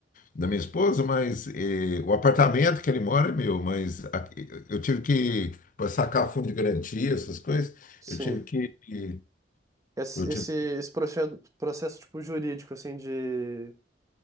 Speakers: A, on the left (about 45°); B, on the right (about 20°).
A: da minha esposa, mas eh, o apartamento que ele mora é meu, mas aqui- eu tive que, para sacar fundo de garantia, essas coisas,
B: sim.
A: eu tive que. que-
B: Esse,
A: Eu tive,
B: esse, esse processo, processo tipo jurídico assim de